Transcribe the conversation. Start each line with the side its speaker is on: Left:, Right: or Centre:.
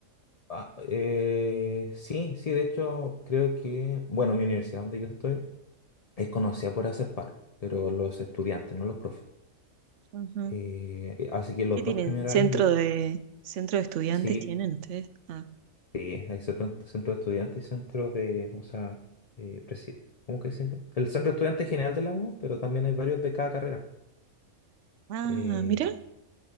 Left: Ah, eh, sí, sí, de hecho creo que, bueno, mi universidad donde yo estoy es conocida por hacer paro, pero los estudiantes, no los profes.
Right: Ujú.
Left: Eh, eh, así que los
Right: ¿Qué tienen?
Left: dos primeros
Right: ¿Centro
Left: años yo,
Right: de centro de estudiantes
Left: sí,
Right: tienen ustedes? Ah,
Left: eh, hay centro, centro de estudiantes y centro de, o sea, eh, presi- ¿cómo que se dice? El centro de estudiantes general de la U, pero también hay varios de cada carrera.
Right: ah,
Left: Eh,
Right: mirá.